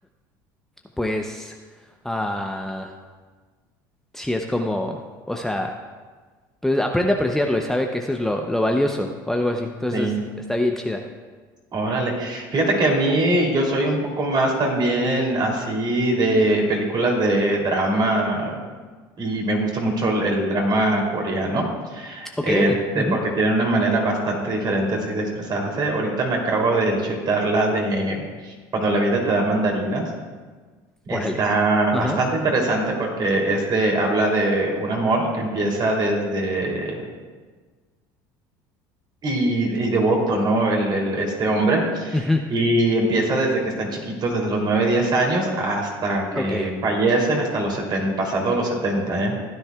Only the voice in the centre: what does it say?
pues ah, sí es como, o sea pues aprende a apreciarlo y sabe que eso es lo, lo valioso o algo así. Entonces
está bien chida.
Ok,
ujú,
Órale. Ajá.
ujú,
Ok.